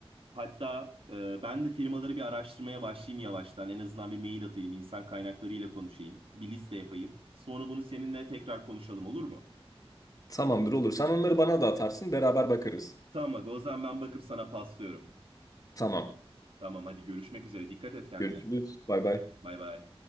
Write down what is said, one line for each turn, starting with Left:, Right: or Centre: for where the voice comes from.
Right: Hatta e, ben de firmaları bir araştırmaya başlayayım yavaştan. En azından bir mail atayım, insan kaynaklarıyla konuşayım, bir liste yapayım. Sonra bunu seninle tekrar konuşalım olur mu?
Left: Tamamdır olur. Sen onları bana da atarsın, beraber bakarız.
Right: Tamam, aga, o zaman ben bakıp sana paslıyorum.
Left: Tamam.
Right: Tamam, hadi görüşmek üzere. Dikkat et kendine.
Left: Görüşürüz. Bay bay.
Right: Bay bay.